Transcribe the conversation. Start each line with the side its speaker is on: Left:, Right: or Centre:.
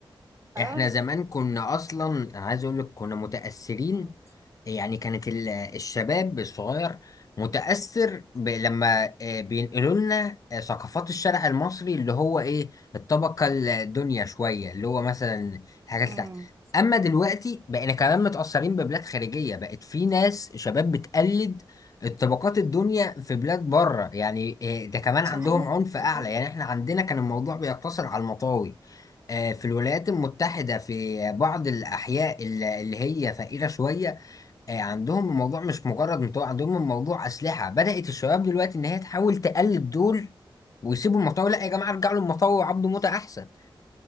Right: خلاص
Left: احنا زمان كنا اصلا عايز اقول لك كنا متأثرين
Right: امم
Left: يعني كانت ال- الشباب الصغير متأثر ب... لما آه، بينقلوا لنا آه، ثقافات الشارع المصري اللي هو ايه الطبقة الدنيا شوية اللي هو مثلا الحاجات
Right: امم
Left: اللي تحت اما دلوقتي بقينا كمان متأثرين ببلاد خارجية بقت في ناس شباب بتقلد الطبقات الدنيا في بلاد بره يعني آه، ده كمان
Right: صحيح
Left: عندهم عنف اعلى
Right: صحيح
Left: يعني احنا عندنا كان الموضوع بيقتصر على المطاوي آه، في الولايات المتحدة في بعض الأحياء الل- اللي هي فقيرة شوية آه، عندهم الموضوع مش مجرد مطوع عندهم الموضوع أسلحة بدأت الشباب دلوقتي إن هي تحاول تقلد دول ويسيبوا المطاوع لا يا جماعة ارجعوا للمطاوع وعبدوا موتة أحسن